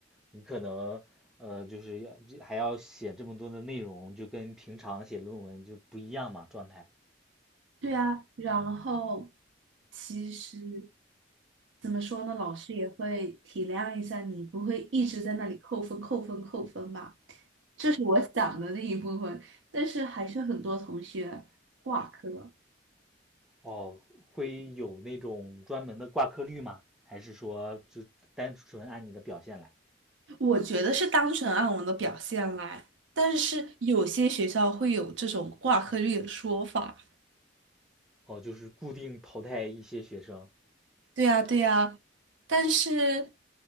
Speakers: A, in the centre; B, on the right.
A: 你可能，呃，就是要还要写这么多的内容，就跟平常写论文就不一样嘛，状态。
B: 对啊，然后其实怎么说呢，老师也会体谅一下你，不会一直在那里扣分、扣分、扣分吧？这是我想的那一部分，但是还是很多同学挂科。
A: 哦，会有那种专门的挂科率吗？还是说就单纯按你的表现来？
B: 我觉得是单纯按我的表现来，但是有些学校会有这种挂科率的说法。
A: 哦，就是固定淘汰一些学生，
B: 对呀，对呀，但是